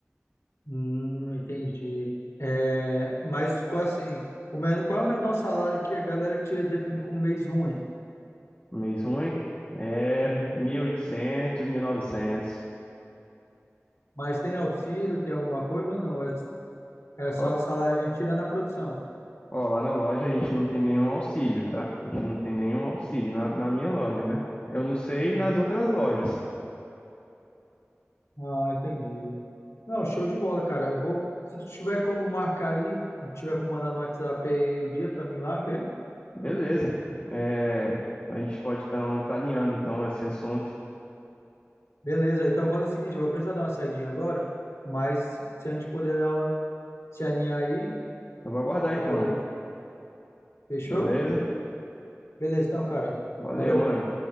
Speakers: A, on the left; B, on the left.
A: Hum, entendi. É, mas co- assim, o menor, qual é o menor salário que a galera tira dependendo com um mês ruim?
B: Mês ruim é
A: Uhum.
B: mil e 1.900.
A: Mas tem auxílio, tem alguma coisa ou não? É, é só
B: Ó,
A: o salário mesmo, tirando a produção.
B: ó, lá na loja a gente não tem nenhum auxílio, tá? A gente não tem nenhum auxílio na, na minha loja, né? Eu não sei nas
A: Uhum.
B: outras lojas.
A: Ah, entendi. Não, show de bola, cara. Eu vou, se tu tiver como marcar aí, se tiver como mandar no WhatsApp aí o dia pra mim lá ver.
B: Beleza. É, a gente pode estar tá alinhando então esse assunto.
A: Beleza, então faz o seguinte, eu vou precisar dar uma saidinha agora, mas se se a gente puder ó, se alinhar aí
B: Eu vou aguardar
A: pra
B: então.
A: poder, fechou?
B: Beleza?
A: Beleza, então, cara.
B: Valeu,
A: Valeu.
B: mano.